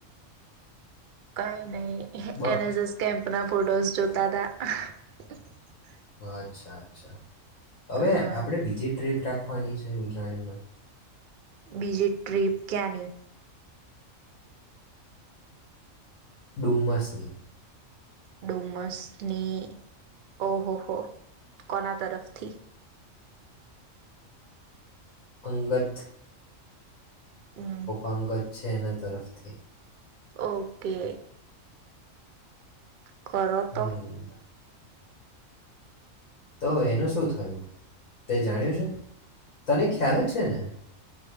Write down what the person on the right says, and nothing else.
કઈ નહી.
એન એસ એસ કેમ્પ આપણા ફોટોસ જોતા તા. હ <unintelligible>
હા
બીજી ટ્રીપ ક્યાંની?
ડુમસની ઓહો હો કોના તરફથી
હમ
ઓકે. કરો
તો